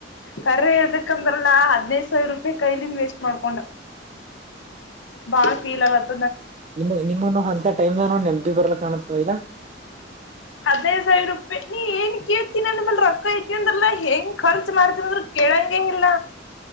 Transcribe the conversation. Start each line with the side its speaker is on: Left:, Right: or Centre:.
Left: ಕರ್ರ ಇರ್ದಕ್ಂದ್ರಲ್ಲಾ ಹದ್ೈದ್ ಸಾವಿರ ರೂಪಾಯಿ ಕೈಲಿಂದ ವೇಸ್ಟ್ ಮಾಡ್ಕೊಂಡ ಬಾಳ ೀಲ್ ಆವತ್ತ
Right: ನಿ ನಿಮ್ಮನ್ನು ಅಂತ ಟೈಮ್ಾನ ನೆಮಪಿ ಬರ್ಲ ಕಾಣುತ್ತ ಈದಾ
Left: ಹದೈ ಸಾವಿರ ರೂಪಾಯಿ ನೀ ಏನ್ ಕೇಳ್ತೀನ ಅಂದ ಮಲ್ ರೊಕ್ಕ ಐತಿ ಅಂದ್ರಲ್ಲಾ ಹೆಂಗ್ ಖರ್ಚು ಮಾಡ್ತೀನ ಅಂದ್ರ ಕೆಳಂಗೆ ಇಲ್ಲ